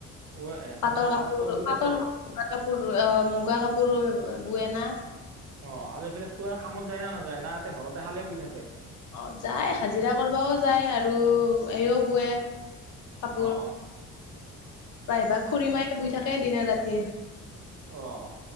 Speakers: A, on the right (about 55°); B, on the left (about 70°).
A: অ এহঁতে
B: পাটৰ
A: মানে
B: কাপোৰ
A: শাল চাল বুই থাকে
B: পাটৰ <unintelligible> কাপোৰ আ মুগা কাপোৰ বুৱেনা
A: অ আৰু এইফালে খোৱাৰ কামত যায় না নাযায় না ইহঁতে ঘৰতে হালে বোই থাকে
B: অ যায় হাজিৰা কৰিবও যায় আৰু এইও বোৱে কাপোৰ
A: অহ
B: প্ৰায়ভাগ খুুৰী মায় বৈ থাকে দিনে ৰাতি
A: অহ